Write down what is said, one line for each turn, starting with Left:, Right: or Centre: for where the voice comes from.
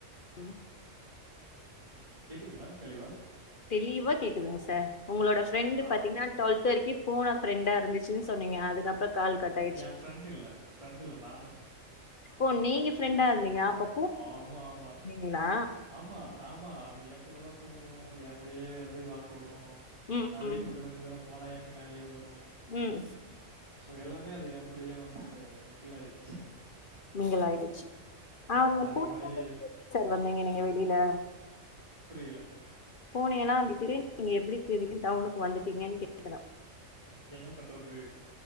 Left: ம்
Right: ம் கேக்குதுங்களா தெளிவா
Left: தெளிவா கேக்குதுங்க சார் உங்களோட ஃப்ரெண்ட்டு
Right: ஆ
Left: பாத்தீங்கன்னா
Right: ஓ.
Left: டுவெல்த் வரைக்கு ஃபோன ஃபிரண்டா இருந்துச்சுன்னு சொன்னீங்க அதுக்கப்புறோ கால் கட் ஆயிடுச்சு
Right: எ ஃப்ரெண்ட்டுல்ல ஃப்ரெண்ட்டுல்ல நானு
Left: ஓ நீங்க ஃப்ரெண்டாருந்தீங்களா அப்போ
Right: ஆமாமா
Left: நீங்கிளா
Right: ஆமா ஆமா அது எங் கூட தா தூங்கு எங் கூடயே வந்து வாக்கு வரு
Left: ம்
Right: நா வீட்ட
Left: ம்
Right: விட்டு கொஞ்ச தூரோ போனா எ பின்னாலேயே வரு
Left: ம்
Right: சோ எல்லாமே அது ஏ கூடைய வந்து மிங்கிளாயிக்கிச்சு
Left: மிங்கில் ஆயிடுச்சு ஆ
Right: ஆமா
Left: அந்த
Right: அதே
Left: பூனைய
Right: மாரி
Left: விட்டுட்டு எப்படி சார் வந்தீங்க நீங்க வெளியில
Right: புரியில
Left: பூனையெல்லா விட்டுட்டு நீங்க எப்பிடி திடீர்ன் டவுனுக்கு வந்துட்டீங்கன் கேக்கற
Right: என்ன பண்றது